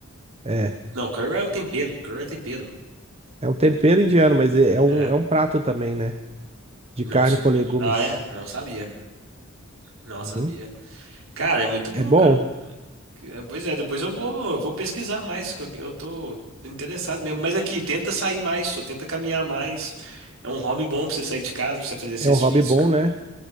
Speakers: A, on the right; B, on the right.
A: É,
B: Não, curry é o tempero. Curry é o tempero.
A: é um tempero indiano, mas é, é um,
B: É,
A: é um prato também, né? De
B: não...
A: carne
B: s-
A: com legumes.
B: Ah, é? Não sabia. Não
A: Uhum.
B: sabia. Cara, é muito bom,
A: É bom,
B: cara. É, Pois é, depois eu vou, eu vou pesquisar mais, que eu eu tô interessado mesmo. Mas aqui, tenta sair mais, só tenta caminhar mais. É um hobby bom pra você sair de casa, pra você fazer exercício
A: é um hobby
B: físico.
A: bom, né?